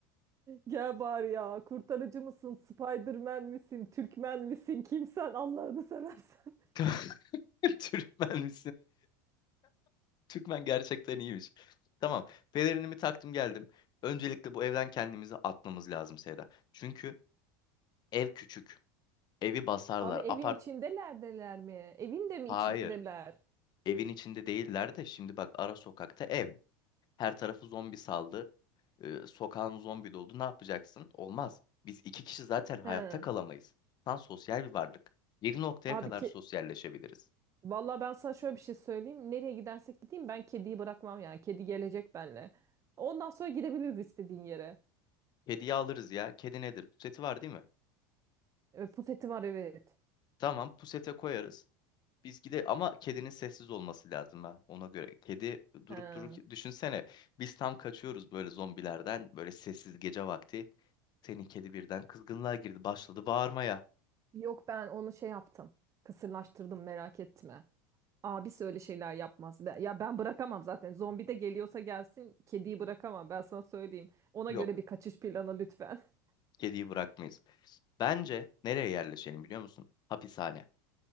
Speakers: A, on the right; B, on the left.
A: Gel bari ya. Kurtarıcı mısın? Spiderman misin? Türkmen misin? Kimsen Allah'ını seversen.
B: <laughs> Türkmen Türkmen gerçekten iyiymiş. Tamam. Pelerinimi taktım geldim. Öncelikle bu evden kendimizi atmamız lazım Seda. Çünkü ev küçük. Evi basarlar.
A: <laughs> Abi evin
B: Apart...
A: içindelerdeler mi? Evin de mi
B: Hayır.
A: içindeler?
B: Evin içinde değiller de şimdi bak ara sokakta ev. Her tarafı zombi saldı. Ee, sokağın zombi doldu. Ne yapacaksın? Olmaz. Biz iki kişi zaten hayatta
A: He.
B: kalamayız. İnsan sosyal bir varlık. Bir noktaya
A: Abi
B: kadar
A: ki
B: sosyalleşebiliriz.
A: Vallahi ben sana şöyle bir şey söyleyeyim. Nereye gidersek gideyim ben kediyi bırakmam yani. Kedi gelecek benimle. Ondan sonra gidebiliriz istediğin yere.
B: Kediyi alırız ya. Kedi nedir? Puseti var değil mi?
A: E, puseti var evet.
B: Tamam, pusete koyarız. Biz gide ama kedinin sessiz olması lazım ha ona göre. Kedi durup
A: He.
B: durup düşünsene biz tam kaçıyoruz böyle zombilerden böyle sessiz gece vakti. Senin kedi birden kızgınlığa girdi başladı bağırmaya.
A: Yok ben onu şey yaptım. Kısırlaştırdım merak etme. Abisi öyle şeyler yapmaz. Ben- Ya ben bırakamam zaten. Zombi de geliyorsa gelsin kediyi bırakamam ben sana söyleyeyim. Ona
B: Yok
A: göre bir kaçış planı lütfen. <laughs>
B: kediyi bırakmayız. Bence nereye yerleşelim biliyor musun? Hapishane.